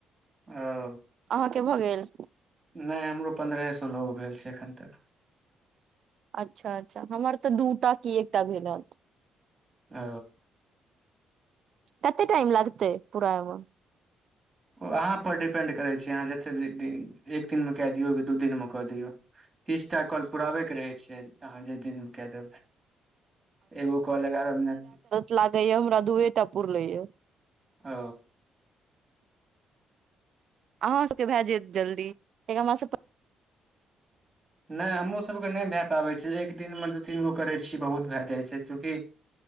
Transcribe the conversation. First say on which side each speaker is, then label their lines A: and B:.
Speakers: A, on the right; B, on the right.
A: ओ
B: अहाँके भऽ गेल
A: नहि हमरो पन्द्रहे सोलह गो भेल छै एखन तक
B: अच्छा अच्छा हमर तऽ दूटा की एकटा भेल हैत
A: ओ
B: कते टाइम लागतै पूरा होयमे
A: ओ अहाँपर डिपेंड करै छै अहाँ जते दिन एक दिन में कए दियौ की दू दिन मे कऽ दियौ तीसटा कॉल पुराबे के रहै छै से अहाँ जते दिन कए देबै एगो कॉल एगारह मिनट
B: लागैये हमरा दुए टा पुरलैए
A: ओ
B: अहाँ सबके भए जायत जल्दी कियाकि हमर सभके
A: नहि हमरो सभके नहि भए पाबै छै एक दिनमे दू तीन गो करै छीयै बहुत भए जाए छै चूँकि